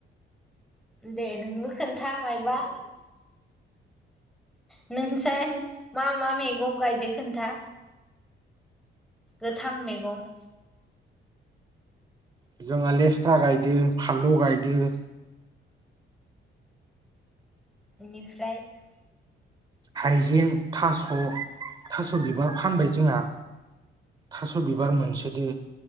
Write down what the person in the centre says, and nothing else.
दे नोंबो खोन्था मायबा नोंसा मा मा मैगं गायदो? खोन्था गोथां मेगं
इनिफ्राय -